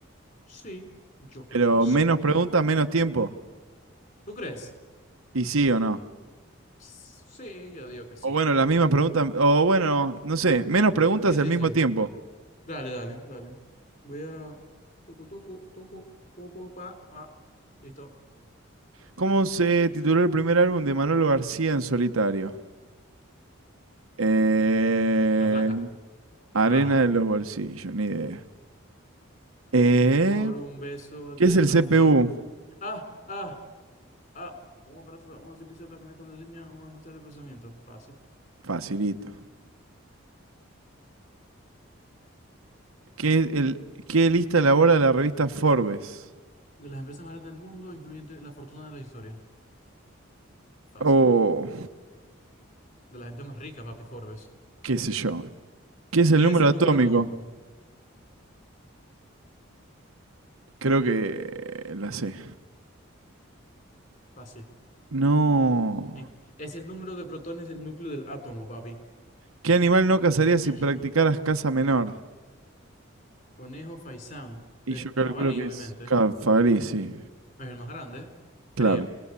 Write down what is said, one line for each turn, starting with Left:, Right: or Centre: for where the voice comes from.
Left: Sí, yo creo
Right: Pero
Left: que sí.
Right: menos preguntas, menos tiempo.
Left: ¿Tú crees?
Right: ¿Y sí o no?
Left: Sí, yo digo que sí.
Right: O bueno, las mismas preguntas, o bueno, no sé, menos preguntas
Left: Sí, sí,
Right: al mismo
Left: sí.
Right: tiempo.
Left: Dale, dale, dale. Voy a... Toco, toco, toco, popo, pa, pa. Listo.
Right: ¿Cómo se tituló el primer álbum de Manolo García en solitario? Eh,
Left: La flaca.
Right: Arena
Left: Ah.
Right: de los bolsillos, ni idea. Eh,
Left: Por un beso de
Right: ¿qué es el
Left: la
Right: CPU?
Left: flaca. Ah, ah. A. Un aparato para una utiliza para cambiar contraseña, un asistente de procesamiento. Fácil.
Right: Facilito. ¿Qué, es el, ¿Qué lista elabora la revista Forbes?
Left: De las empresas más grandes del mundo, influyente la fortuna de la historia. Fácil.
Right: O
Left: De la gente más rica, papi Forbes.
Right: qué sé yo. ¿Qué es el
Left: ¿Qué
Right: número
Left: es el
Right: atómico?
Left: número atómico? men?
Right: Creo
Left: Eh,
Right: que la sé.
Left: fácil.
Right: No.
Left: Eh, es el número de protones del núcleo del átomo, papi.
Right: ¿Qué animal no cazarías
Left: <clears throat>
Right: si practicaras caza menor?
Left: Conejo, faisán,
Right: Y
Left: per-
Right: yo calculo
Left: jabalí,
Right: que
Left: obviamente.
Right: es Cafarí, sí.
Left: Es el más grande,
Right: Claro.
Left: creo.